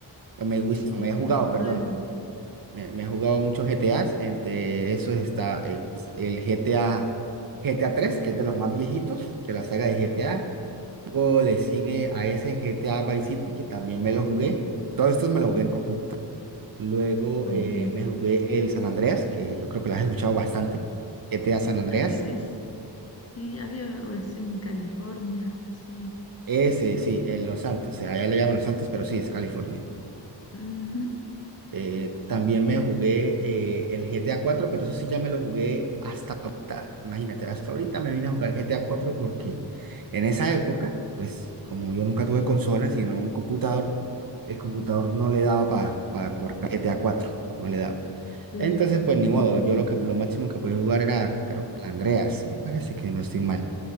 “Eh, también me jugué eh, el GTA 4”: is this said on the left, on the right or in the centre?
Right